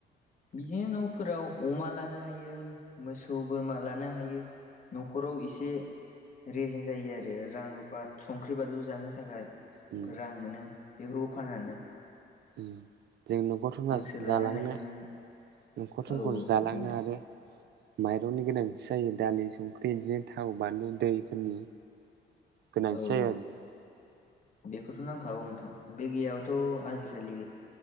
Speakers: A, on the left (about 40°); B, on the right (about 60°).
A: बिदिनो न'फोराव अमा लानो हायो मोसौ बोरमा लानो हायो। न'खराव एसे। रेजें जायो आरो रां रुफा संख्रि बानलु जानो थाखाय
B: उम
A: रां मोनो बेफोरखौ फाननानै।
B: उम जोंनो नखर संसार
A: हांसो लानो
B: जालांनो
A: हायो नों
B: न'खर संखरखौ
A: औ औ
B: जालांनो
A: बुं दे
B: आरो माइरंनि गोनांथि जायो दालि संख्रि बिदिनो थाव बानलु दैफोरनि गोनांथि
A: औ औ।
B: जायो आरो नोंथां
A: बेखौथ' नांखागौ नोंथां बे गैयाबाथ' आजिखालि